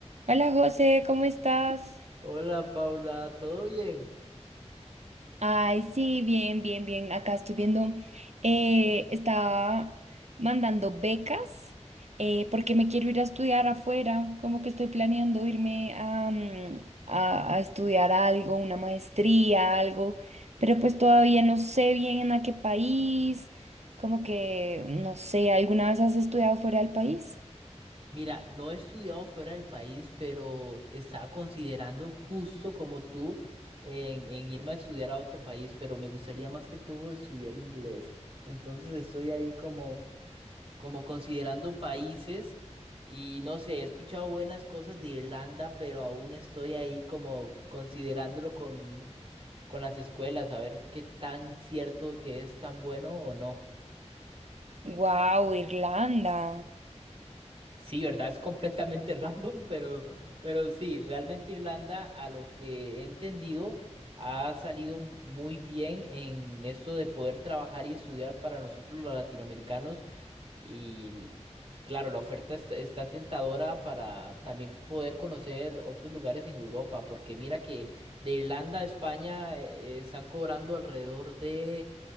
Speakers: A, on the right; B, on the right.
A: Hola José, ¿cómo estás?
B: Hola Paula, ¿todo bien?
A: Ay, sí, bien, bien, bien. Acá estoy viendo, eh, estaba mandando becas eh, porque me quiero ir a estudiar afuera, como que estoy planeando irme a, mm, a- a estudiar algo, una maestría, algo, pero pues todavía no sé bien a qué país, como que, no sé, ¿alguna vez has estudiado fuera del país?
B: Mira, no he estudiado fuera del país, pero estaba considerando justo como tú en, en irme a estudiar a otro país, pero me gustaría más que todo estudiar inglés. Entonces estoy ahí como, como considerando países y no sé, he escuchado buenas cosas de Irlanda, pero aún estoy ahí como considerándolo con, con las escuelas, a ver qué tan cierto que es tan bueno o no.
A: Wow, Irlanda.
B: Sí, ¿verdad? Es completamente <laughs> random, pero, pero sí, realmente Irlanda, a lo que he entendido, ha salido m- muy bien en esto de poder trabajar y estudiar para nosotros los latinoamericanos. Y claro, la oferta está, está tentadora para también poder conocer otros lugares en Europa, porque mira que de Irlanda a España eh, eh, están cobrando alrededor de,